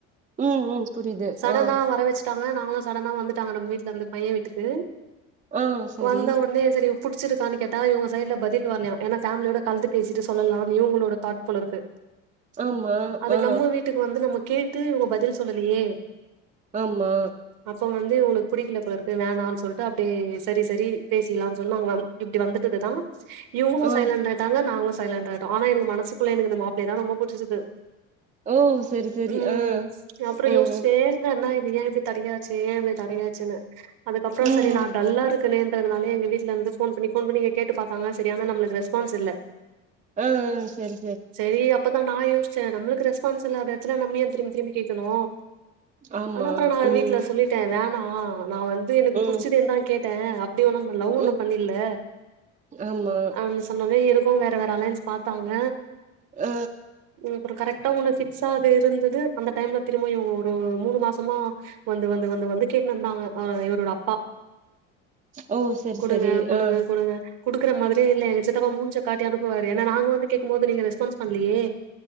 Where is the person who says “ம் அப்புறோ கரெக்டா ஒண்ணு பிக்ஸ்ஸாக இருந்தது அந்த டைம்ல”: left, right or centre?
Right